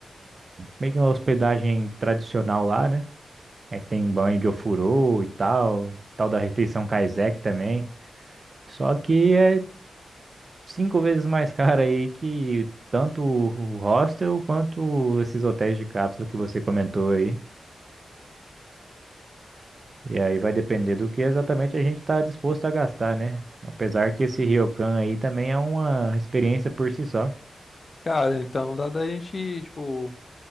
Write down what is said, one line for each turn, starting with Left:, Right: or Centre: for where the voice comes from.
Right: meio que uma hospedagem tradicional lá, né? Aí tem banho de ofurô e tal, tal da refeição kaiseki também. Só que é cinco vezes mais <laughs> caro aí que tanto o hostel quanto esses hotéis de cápsula que você comentou aí. E aí vai depender do que exatamente a gente está disposto a gastar, né? Apesar que esse ryokan aí também é uma experiência por si só.
Left: Cara, então dá da gente, tipo,